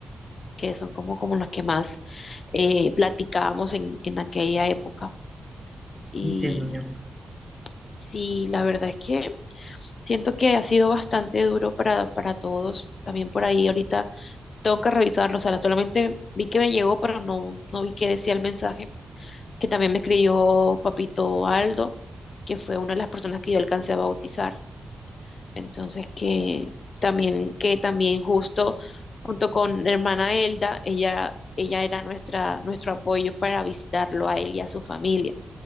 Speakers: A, on the left; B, in the centre.
A: que son como, como los que más eh, platicábamos en, en aquella época. Y
B: Entiendo, mi amor.
A: sí, la verdad es que siento que ha sido bastante duro para, para todos. También por ahí ahorita tengo que revisarlo. O sea, solamente vi que me llegó, pero no, no vi que decía el mensaje. Que también me escribió Papito Aldo, que fue una de las personas que yo alcancé a bautizar. Entonces que también, que también justo junto con hermana Elda, ella, ella era nuestra, nuestro apoyo para visitarlo a él y a su familia.